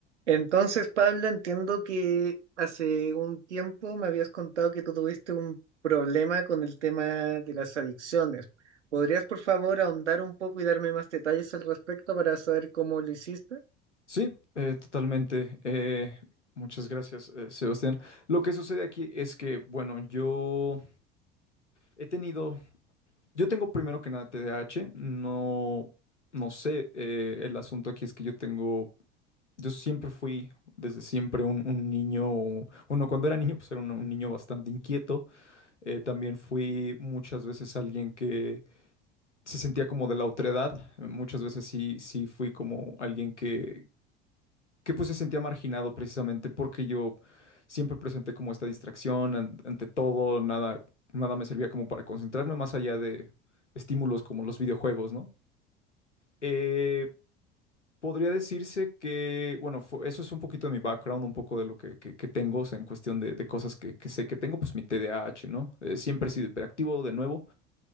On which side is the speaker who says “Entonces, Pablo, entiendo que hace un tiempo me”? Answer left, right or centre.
Right